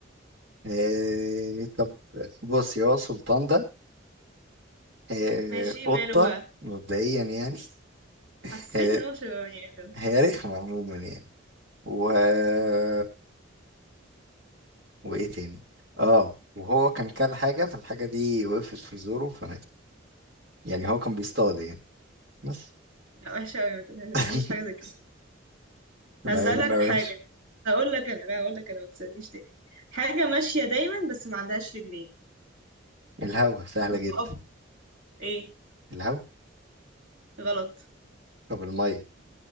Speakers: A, on the right (about 55°); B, on the right (about 80°).
A: آه طب بصي هو سلطان ده آه
B: ماشي
A: قطة
B: ماله بقى
A: مبدئيا يعني <laughs>
B: حسيت
A: هي
B: ان هو مش هيبقى بني ادم
A: هي رخمة عموما يعني و <laughs> وإيه تاني اه وهو كان كل حاجة فالحاجة دي وقفت في زوره فمات يعني هو كان بيصطاد يعني بس
B: لا وحشة قوي ما تقولهاش
A: <laughs>
B: ما تقولش حاجة زي كده
A: أنا
B: هسألك
A: عارف إنها وحشة
B: حاجة هقول لك انا لا هقول لك انا ما تسألنيش تاني حاجة ماشية دايما بس ما عندهاش رجلين
A: الهوا سهلة
B: طب
A: جدا
B: تقف ايه
A: الهوا
B: غلط
A: طب المية